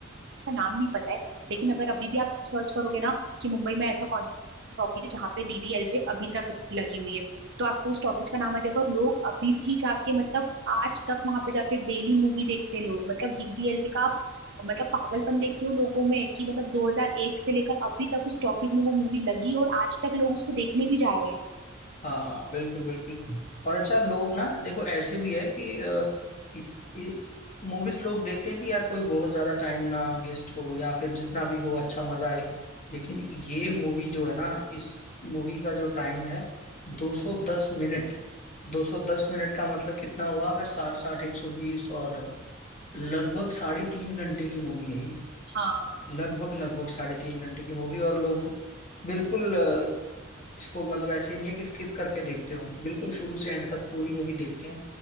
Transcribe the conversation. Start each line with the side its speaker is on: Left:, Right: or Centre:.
Right: उसका नाम नहीं पता है लेकिन अगर अभी भी आप सर्च करोगे ना कि मुंबई में ऐसा कौन टॉपिक है जहाँ पे डीडीएलजे अभी तक लगी हुई है तो आपको उस टॉपिक का नाम आ जाएगा और लोग अभी भी जाके मतलब आज तक वहां पे जाके डेली मूवी देखते हैं लोग मतलब डीडीएलजे का आप मतलब पागलपन देख रहे हो लोगों में कि मतलब 2001 से लेकर अभी तक उस टॉपिक में वो मूवी लगी और आज तक लोग उसको देखने भी जा रहे हैं
Left: हाँ बिल्कुल बिल्कुल और अच्छा लोग ना देखो ऐसे भी है कि मूवीज लोग देखते हैं कि यार कोई बहुत ज्यादा टाइम ना वेस्ट हो या फिर जितना भी हो अच्छा मजा आए लेकिन ये मूवी जो है ना इस मूवी का जो टाइम है 210 मिनट 210 मिनट का मतलब कितना हुआ अगर 60 60 120 और लगभग साढ़े तीन घंटे की मूवी है ये
Right: हाँ
Left: लगभग लगभग साढ़े तीन घंटे की मूवी और लोग बिल्कुल इसको मतलब ऐसे नहीं है कि स्किप करके देखते हो बिल्कुल शुरू से एंड तक पूरी मूवी देखते हैं